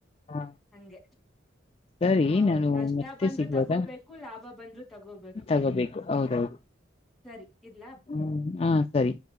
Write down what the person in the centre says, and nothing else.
ಹಂಗೆ
ವ
ನಷ್ಟ
ಬಂದ್ರು
ತಗೋಬೇಕು ಲಾಭ ಬಂದ್ರು ತಗೋಬೇಕು
ಸರಿ ಇಡ್ಲಾ.